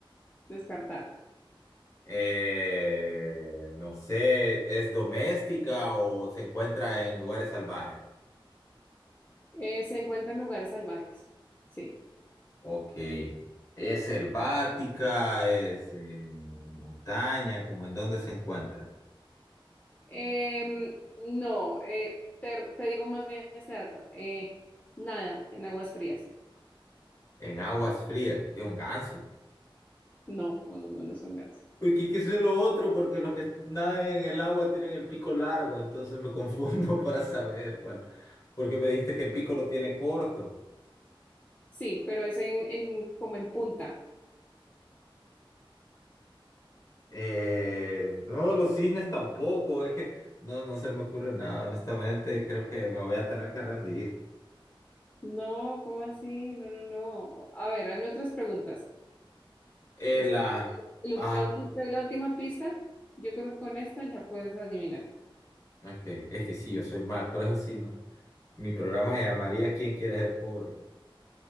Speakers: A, on the left; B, on the left.
A: descartar.
B: Eh, no sé, ¿es doméstica o se encuentra en lugares salvajes?
A: Eh, ¿se encuentra en lugares salvajes? Sí.
B: Ok. ¿Es selvática? ¿Es en montaña? ¿Cómo en dónde se encuentra?
A: Em, no, eh, te, te digo más bien este dato. Eh, nada, en aguas frías.
B: En aguas frías, de un ganso.
A: No, no, no, no, no son gansos.
B: Porque es que eso es lo otro, porque los que nadan en el agua tienen el pico largo, entonces me confundo <laughs> para saber cuál. Porque me dijiste que el pico lo tiene corto.
A: Sí, pero es en, en, como en punta.
B: Eh, no, los cisnes tampoco, es que no, no se me ocurre nada, honestamente, creo que me voy a tener que rendir.
A: No, ¿cómo así? No, no, no. A ver, hazme otras preguntas.
B: Eh,
A: Y
B: la...
A: si el-
B: Ah,
A: La, ulti- te doy la última pista, yo creo que con esta ya puedes adivinar.
B: ok, es que sí, yo soy mal, por eso sí, no. Mi programa se llamaría ¿Quién quiere ser pobre?